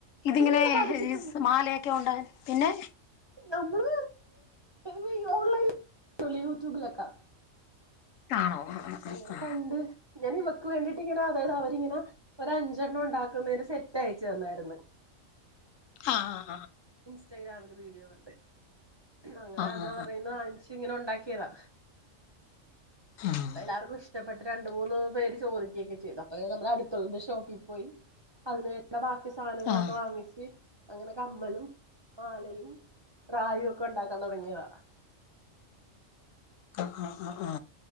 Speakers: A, on the left (about 80°); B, on the right (about 30°).
A: ഇതിങ്ങനെ
B: ഇല്ലില്ല പഠിച്ചിട്ടുണ്ട്
A: മാലയൊക്കെ ഉണ്ട് പിന്നെ
B: നമ്മള് വ ഓൺലൈൻ യൂട്യൂബിലൊക്കെ
A: ആണോ ആ
B: അങ്ങനെ
A: ആ ആ
B: കണ്ട് ഞാൻ ഇവക്ക് വേണ്ടിട്ട് ഇങ്ങനെ അതായത് അവരിങ്ങനെ ഒ അഞ്ചെണ്ണം ഉണ്ടാക്കുന്നര് സെറ്റ് അയച്ചു തന്നായിരുന്ന് <inaudible>
A: ആഹ ആ
B: ഇൻസ്റ്റഗ്രാമില് വീഡിയോ കണ്ട് അങ്ങനെ
A: ആഹ് ആഹ്
B: അത് അവർടെയ്യീന്ന് വാങ്ങിച്ച് ഇങ്ങനെ ഒണ്ടാക്കിയതാ
A: ആഹ്
B: അപ്പ എല്ലാവർക്കും ഇഷ്ടപ്പെട്ട് രണ്ട് മൂന്ന് പേര് ചോദിക്കൊക്കെ ചെയ്തു അപ്പ നമ്മുടെ അടുത്തൊള്ളൊരു ഷോപ്പി പോയി അതിനുവേണ്ട ബാക്കി സാ ധനങ്ങളൊക്കെ
A: ആഹ്
B: വാങ്ങിച്ച് അങ്ങനെ കമ്മലും മാലയും റായും ഒക്കെ എണ്ടാക്കാൻ തൊടങ്ങിയത
A: ആ ആ ആ ആ